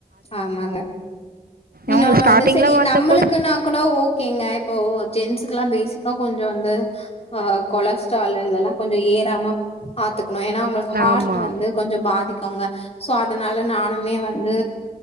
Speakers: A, on the left; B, on the right.
A: ஆமாங்க இன்னோன்னு
B: அவங்க ஸ்டார்ட்டிங்ல
A: வந்து செரி
B: வந்தபோது
A: நம்மளுக்கு நா கூட ஓகேங்க இப்போ ஜென்ஸுக்கெல்லா பேசிக்கா கொஞ்சோ வந்து ஆ கொலஸ்ட்ரால் இதெல்லா கொஞ்ச ஏறாம பாத்துக்கணும் ஏன்னா அவங்க ஹார்ட்
B: ஆமா.
A: வந்து கொஞ்ச பாதிக்கோங்க சோ அதனால நானுமே வந்து